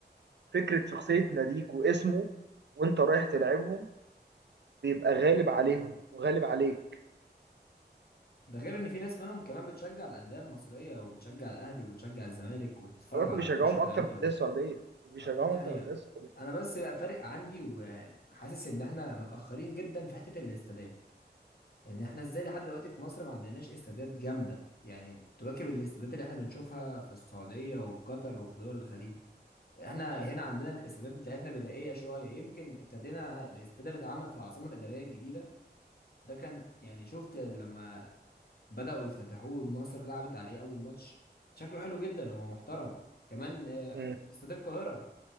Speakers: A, on the right; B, on the left.
A: فكره شخصيه ناديك واسمه وانت رايح تلعبهم بيبقى غالب عليهم وغالب عليك
B: ده غير ان في ناس منهم كمان بتشجع الانديه المصريه وبتشجع الاهلي وبتشجع الزمالك وبتتفرج
A: كمان
B: على
A: بيشجعوهم
B: الماتشات بتاعتهم
A: اكتر من الانديه السعوديه وبيشجعوهم
B: آه، دي حقيقه
A: اكتر من الانديه السعوديه
B: انا بس بقى فارق عندي وحاسس ان احنا متاخرين جدا في حته الاستادات ان احنا ازاي لحد دلوقتي في مصر ما عندناش استادات جامده يعني تواكب الاستادات اللي احنا بنشوفها في السعوديه وفي قطر وفي دول الخليج احنا هنا عندنا الاستادات بتاعتنا بدائيه شويه يمكن ابتدينا الاستاد اللي اتعمل في العاصمه الاداريه الجديده ده كان يعني شفت لما بدأوا يفتتحوه مصر لعبت عليه أول ماتش شكله حلو جدا هو محترم كمان آه،
A: مم.
B: استاد القاهرة